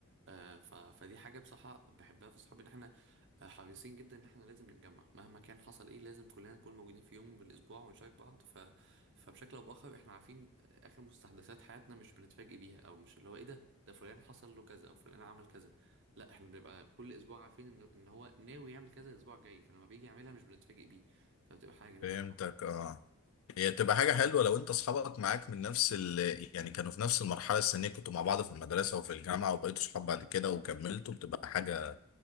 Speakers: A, on the right; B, on the left.
A: آه ف... فدي حاجة بصراحة بحبها في صحابي ان احنا آه، حريصين جدا ان احنا لازم نتجمع مهما كان حصل ايه لازم كلنا نكون موجودين في يوم من الاسبوع ونشارك بعض ف... فبشكل او باخر احنا عارفين اخر مستحدثات حياتنا مش بنتفاجئ بيها او مش اللي هو ايه ده ده فلان حصل له كذا او فلان عمل كذا لا احنا بنبقى كل اسبوع عارفين ان ان هو ناوي يعمل كذا الاسبوع الجاي فلما بيجي يعملها مش بنتفاجئ بيه فبتبقى حاجه جميله
B: فهمتك
A: بصراحه
B: اه هي تبقى حاجة حلوة لو انت اصحابك معاك من نفس ال يعني كانوا في نفس المرحلة السنية كنتوا مع بعض في المدرسة وفي الجامعة وبقيتوا صحاب بعد كده وكملتوا بتبقى حاجة